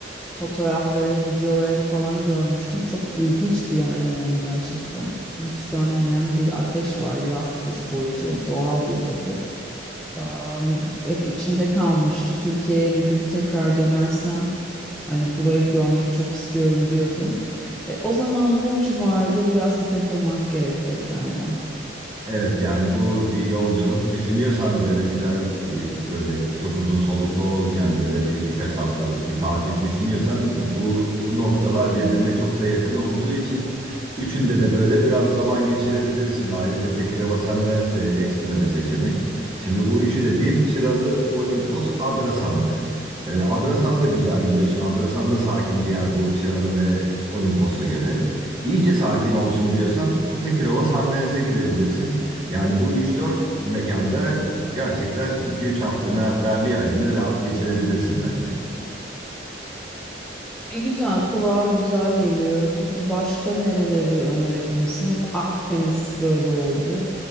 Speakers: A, in the centre; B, on the right.
A: fotoğraflarını, videolarını falan görmüştüm. Çok ilginç bir yer yani gerçekten. Hiç sönmeyen bir ateş var yaz kış boyunca ve doğal bir yapı. Am, hep içimde kalmıştı. Türkiye'ye bir gün tekrar dönersem hani burayı görmek çok istiyorum diyordum. E, o zaman bu civarda biraz bir takılmak gerek tekrardan.
B: Evet yani bu bir yolculuk düşünüyorsan böyle güzel e, böyle çok uzun soluklu olmayan böyle bir birkaç haftalık bir tatil düşünüyorsan bu bu noktalar birbirine çok da yakın olduğu için üçünde de böyle biraz zaman geçirebilirsin. Ayrıca Tekireva Sendens de ekstra bir seçenek. Şimdi bu üçü dediğim Çıralı, Olimpos, Adrasan'dı. E, Adrasan da güzel biliyorsun. Adrasan da sakin diğer bu Çıralı ve Olimpos'a göre. İyice sakin olsun diyorsan Tekirova Sandens'e gidebilirsin. Yani bu üç dört mekanda gerçekten 2-3 haftanı hatta bir ayını rahat geçirebilirsin bence.
A: E güzel, kulağa güzel geliyor. Peki başka nereleri önerebilirsin? Hep Akdeniz böyle oldu.